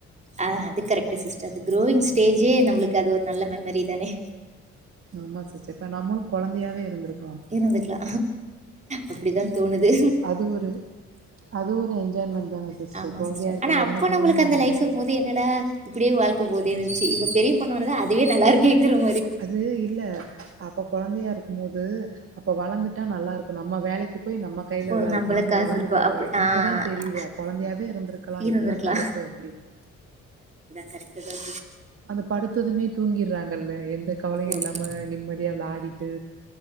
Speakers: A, on the right; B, on the right.
A: அஹ் அது கரெக்ட்டு சிஸ் டர் அந்த குரோயிங் ஸ்டேஜே நம்மளுக்கு அது ஒரு நல்ல மெமரி தானே
B: ஆமா சிஸ்டர் கா நம்மளு கொழந்தையாவே இருந்திருக்
A: இருந்துக்கலா அப்டித்தா தோணுது
B: அது ஒரு அது ஒரு என்ஜாய்மெண்ட் தான
A: ஆமா
B: கொழந்தையா
A: சிஸ்டர்
B: இருக்க
A: ஆனா அப்ப
B: எந்த கவலையும்
A: நம்மளுக்கு அந்த
B: இல்லாம.
A: லைஃப்பு இருக்கும் போதே என்னடா இப்டியே வாழ்க் க போதே இருந்ச்சி இப்ப பெரிய பொண்ணோனதா அதுவே நல்லாருக்கேங்குற மா
B: அது இல்ல அப்ப கொழந்தையாருக்கும் போது அப்ப வளந்துட்டா நல்லாருக் நம்ம வேலைக்கி போய் நம்ம கையில
A: இப்போ
B: எதா
A: நம்மள
B: இருக்குனுனு நம்ம
A: காசு
B: வளந்துட்டா
A: இருக்கோ
B: அவ
A: அப்
B: இப்பதா
A: ஆ
B: தெரிய்து கொழந்தையாவே இருந்திருக்கலா
A: இருந்திருக்கலா
B: இதுதா கரட்டு அப்டின்னு
A: கரெக்டுதா
B: அத படுத்ததுமே தூங்கிட்றாங்கல்ல எந்த கவலயு
A: ஓகே
B: இல்லாம நிம்மதியா வெளாடிட்டு